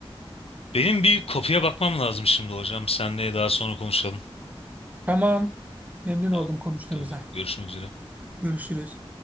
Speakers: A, on the left; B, on the right.
A: Benim bir kopya bakmam lazım şimdi hocam. Senle daha sonra konuşalım.
B: Tamam. Memnun
A: Tamam.
B: oldum konuştuğumuza.
A: Tabii, görüşmek üzere.
B: Görüşürüz.